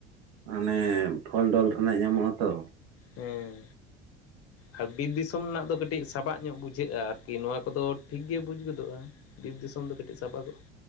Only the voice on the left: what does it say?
ᱦᱮᱸ᱾ ᱟᱨ ᱵᱤᱨ ᱫᱤᱥᱟᱹᱢ ᱨᱮᱱᱟᱜ ᱫᱚ ᱠᱟᱹᱴᱤᱡ ᱥᱟᱵᱟᱜ ᱧᱚᱜ ᱵᱩᱡᱷᱟᱹᱜ-ᱟ ᱟᱨᱠᱤ ᱱᱚᱣᱟ ᱠᱚᱫᱚ ᱴᱷᱤᱠ ᱜᱮ ᱵᱩᱡᱽ ᱜᱚᱫᱚᱜᱼᱟ ᱾ ᱵᱤᱨ ᱫᱤᱥᱚᱢ ᱫᱚ ᱠᱟᱹᱴᱤᱡ ᱥᱟᱵᱟᱜᱚᱜᱼᱟ ᱾